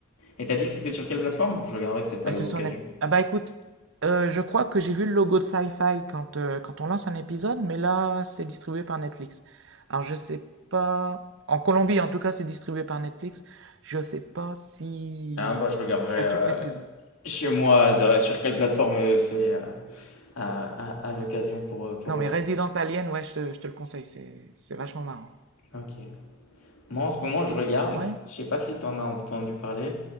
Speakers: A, on the left; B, on the right.
A: Et t'as dit que c'était sur quelle plateforme? Je regarderai peut-être
B: Ah,
A: à l'occasion.
B: c'est sur Netflix. Ah bah écoute, euh, je crois que j'ai vu le logo de Sci-Fi quand, euh, quand on lance un épisode, mais là, c'est distribué par Netflix. Alors je sais pas... En Colombie, en tout cas, c'est distribué par Netflix. Je sais pas si...
A: Ah bah je regarderai
B: Il y
A: euh,
B: a toutes les saisons.
A: chez moi de- sur quelle plateforme euh, c'est euh, à, à- à l'occasion
B: Ouais.
A: pour, euh, pour
B: Non,
A: voir.
B: mais Resident Alien, ouais, je te, je te le conseille, c'est c'est vachement marrant.
A: Ok. Moi en ce moment je
B: Et-
A: regarde,
B: Ouais,
A: je sais pas si t'en as entendu parler,